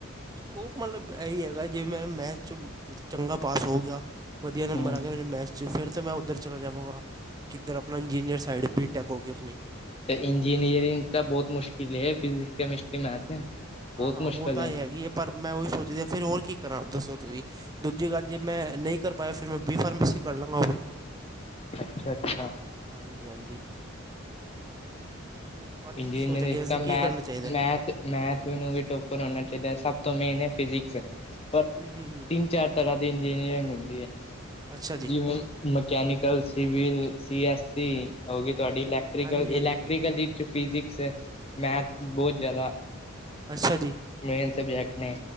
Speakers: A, on the right (about 20°); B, on the left (about 30°).
A: ਸਕੋਪ ਮਤਲਬ ਇਹੀ ਹੈਗਾ ਜਿਵੇਂ ਮੈਂ ਮੈਥ 'ਚ ਚੰਗਾ ਪਾਸ ਹੋ ਗਿਆ। ਵਧੀਅਆ ਨੰਬਰ
B: ਹੂੰ
A: ਆ ਗਿਆ ਮੇਰੇ ਮੈਥ ਚ ਫਿਰ ਤਾਂ ਮੈਂ ਉਧਰ ਚਲਾ ਜਾਵਾਂਗਾ ਕਿੱਧਰ ਆਪਣਾ ਇੰਜੀਨੀਅਰ ਸਾਈਡ ਬੀਟੈਕ ਹੋ ਗਈ ਆਪਣੀ।
B: ਤੇ
A: ਅਤੇ
B: ਇੰਜੀਨੀਅਰਿੰਗ ਤਾਂ ਬਹੁਤ ਮੁਸ਼ਕਿਲ ਹੈ ਫਿਜਿਕਸ, ਕੇਮਿਸਟਰੀ, ਮੈਥ। ਬਹੁਤ
A: ਹਾਂ ਹਾਂ
B: ਮੁਸ਼ਕਿਲ
A: ਔਹ ਤਾਂ ਹੈਗੀ ਹੈ ਪਰ ਮੈਂ ਉਹੀ ਸੋਚਦੀ ਹਾਂ ਫਿਰ ਹੋਰ ਕੀ ਕਰਾਂ ਦੱਸੋ ਤੁਸੀਂ। ਦੂਜੀ ਗੱਲ ਜੇ ਮੈਂ ਨਹੀਂ ਕਰ ਪਾਇਆ ਫਿਰ ਮੈਂ ਬੀ ਫਾਰਮੇਸੀ ਕਰ ਲਾਂਗਾ ਹੋਰ ਕੀ।
B: ਅੱਛਾ- ਅੱਛਾ।
A: ਹਾਂਜੀ -ਹਾਂਜੀ ਤੇ ਤੁਹਾਡੀ
B: ਇੰਜੀਨੀਅਰਿੰਗ
A: ਕੀ ਸੋਚ ਹੈਗੀ ਵਸੇ
B: ਤਾਂ ਮੈਥ
A: ਕੀ ਕਰਨਾ ਚਾਹੀਦੈ।
B: ਮੈਥ ਮੈਥ ਨੂੰ ਵੀ ਟੋਪਰ ਹੋਉਣਾ ਚਾਹੀਦਾ ਹੈ ਸਭ ਤੋਂ ਮੇਨ ਹੈ ਫਿਜ਼ਿਕਸ ਐ। ਪਰ
A: ਹੂੰ ਹੂੰ ਹੂੰ
B: ਤਿੰਨ ਚਾਰ ਤਰ੍ਹਾਂ ਦੀ ਇੰਜੀਨੀਅਰਿੰਗ ਹੁੰਦੀ ਹੈ
A: ਅੱਛਾ ਜੀ
B: ਜਿਵੇਂ, mechanical, civil C S E, ਹੋ ਗਈ ਤੁਹਾਡੀ ਇਲੈਕਟ੍ਰੀਕਲ
A: ਹਾਂਜੀ ਹਾਂਜੀ
B: ਇਲੈਕਟ੍ਰੀਕਲ
A: ਹਾਂਜੀ
B: ਦੀ ਤੇ ਫਿਜਿਕਸ ਮੈਥ ਬੋਤ ਜੈਦਾ।
A: ਅੱਛਾ ਜੀ
B: ਮੇਨ ਸਬਜੈਕਟ ਨੇ,